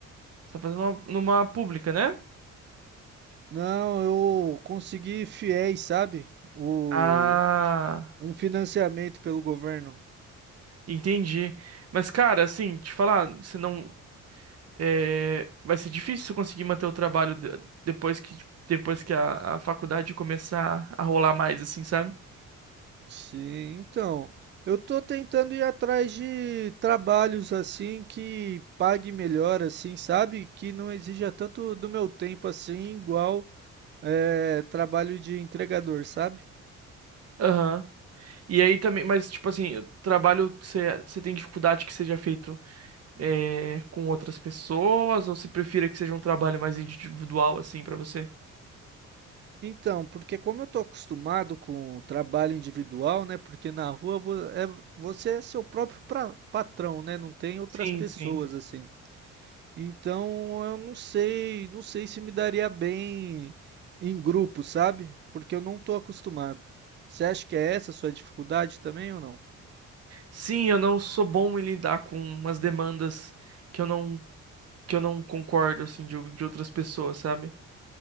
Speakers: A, on the right; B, on the right.
A: Você tá fazendo numa numa pública, né?
B: não, eu consegui fiéis, sabe? O
A: Ah,
B: Um financiamento pelo governo.
A: entendi. Mas, cara, assim, te falar, você não. é, Vai ser difícil você conseguir manter o trabalho de- depois que, depois que a, a faculdade começar a rolar mais, assim, sabe?
B: Sim, então. Eu tô tentando ir atrás de trabalhos assim que pague melhor, assim, sabe? Que não exija tanto do meu tempo assim, igual é, trabalho de entregador, sabe?
A: Aham. E aí também, mas tipo assim, trabalho você você tem dificuldade que seja feito é, com outras pessoas ou você prefira que seja um trabalho mais individual assim pra você?
B: Então, porque como eu tô acostumado com o trabalho individual, né? Porque na rua vo- é- você é seu próprio pra- patrão, né? Não tem outras
A: Sim,
B: pessoas
A: sim.
B: assim. Então eu não sei, não sei se me daria bem em grupo, sabe? Porque eu não tô acostumado. Você acha que é essa a sua dificuldade também ou não?
A: Sim, eu não sou bom em lidar com umas demandas que eu não que eu não concordo assim de, de outras pessoas, sabe?